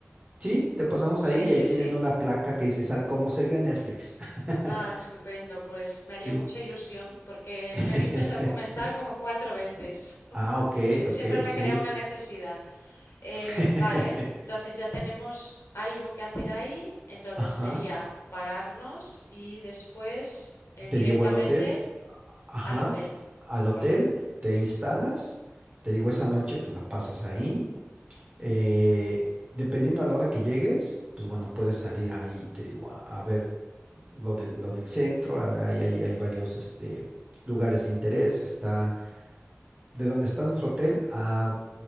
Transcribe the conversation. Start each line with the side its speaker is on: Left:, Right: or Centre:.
Right: sí, te pasamos ahí
Left: Sí,
Right: y
Left: sí,
Right: ahí tienen
Left: sí.
Right: una placa que dice, sal- como se vio en Netflix. <laughs>
Left: Ah, estupendo. Pues me haría
Right: Sí.
Left: mucha ilusión porque
Right: <laughs>
Left: me he visto ese documental como cuatro veces
Right: Ah, ok,
Left: y
Right: ok,
Left: siempre me
Right: sí.
Left: crea una necesidad. Eh,
Right: <laughs>
Left: vale, entonces ya tenemos algo que hacer ahí. Entonces
Right: Ajá.
Left: sería pararnos y después eh,
Right: Te
Left: directamente
Right: llevo al hotel. Ajá.
Left: Al hotel,
Right: Al
Left: vale.
Right: hotel, te instalas. Te digo, esa noche pues la pasas ahí. Eh, dependiendo a la hora que llegues, pues bueno, puedes salir ahí, te digo, a, a ver lo del, lo del centro. a- Hay, hay, hay varios este, lugares de interés. Está de donde está nuestro hotel a